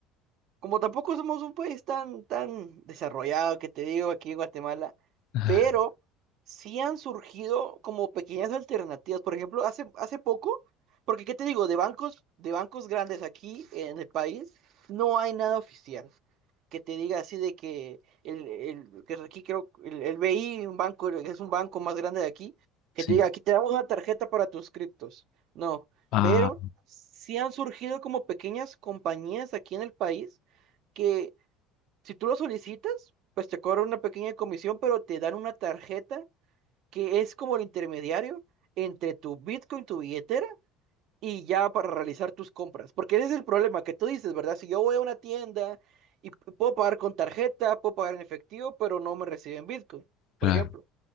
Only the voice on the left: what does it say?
Ah,
Sí.
Ah,
claro.